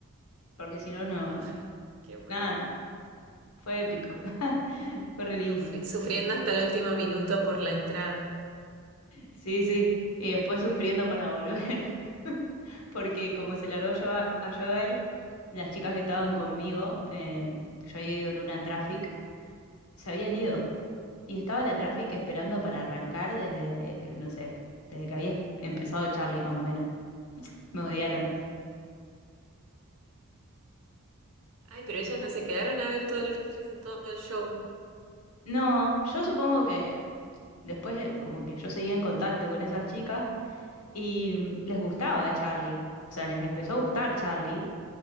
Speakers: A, on the left; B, on the right.
A: porque si no, no,
B: Ah, qué bueno.
A: nada, fue épico, <laughs> fue re lindo.
B: Sufri- sufriendo hasta el último minuto por la entrada.
A: Sí, sí, y después sufriendo para volver, <laughs> porque como se largó a llover, a llover, las chicas que estaban conmigo, eh, yo había ido en una traffic. se habían ido. Y estaba la Traffic esperando para arrancar desde, no sé, desde que había empezado Charlie más o menos. Me odiaron.
B: Ay, pero ellas no se quedaron a ver todo el, reci- todo el show.
A: No, yo supongo que después eh, como que yo seguía en contacto con esas chicas y mm, les gustaba a Charlie. O sea, les empezó a gustar Charlie